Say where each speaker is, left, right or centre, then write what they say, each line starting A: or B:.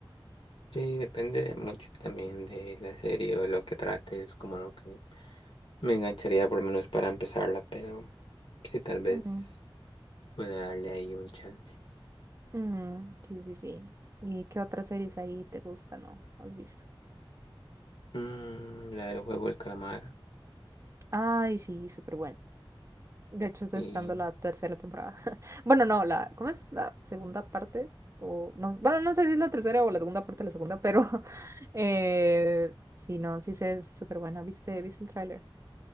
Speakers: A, on the left; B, on the right.
A: Sí, depende mucho también de la serie o de lo que trate es como lo que me engancharía por lo menos para empezarla, pero sí, tal vez
B: Ujú.
A: pueda darle ahí un chance.
B: Mm, sí, sí, sí. ¿Y qué otras series ahí te gustan, no? ¿Has visto?
A: Mm, la del juego del calamar,
B: Ay, sí, súper De hecho, estoy
A: y
B: esperando la tercera temporada. <laughs> Bueno, no, la, ¿cómo es la segunda parte? O no, bueno, no sé si es la tercera o la segunda parte de la segunda, pero <laughs> eh, sí, no, sí sé, es súper buena. ¿Viste, viste el tráiler?